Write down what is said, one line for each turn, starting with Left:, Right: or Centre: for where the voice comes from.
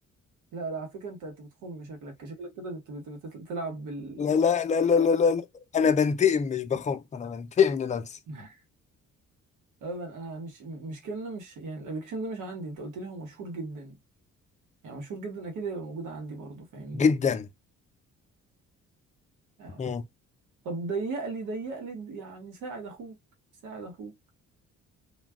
Right: لا لا على فكرة انت انت بتخم شكلك شكلك كده بت- بت- بت- بتلعب بال
Left: لا لا لا لا لا لا لا. انا بنتقم مش بخم انا بنتقم لنفسي
Right: <laughs> ابدا انا مش مش كلمة مش يعني الابلكيشن ده مش عندي انت قلت لي هو مشهور جدا يعني مشهور جدا اكيد هيبقى موجود عندي برضه فاهمني
Left: جدا
Right: آه.
Left: مم.
Right: طب ضيق لي ضيق لي يعني ساعد اخوك ساعد اخوك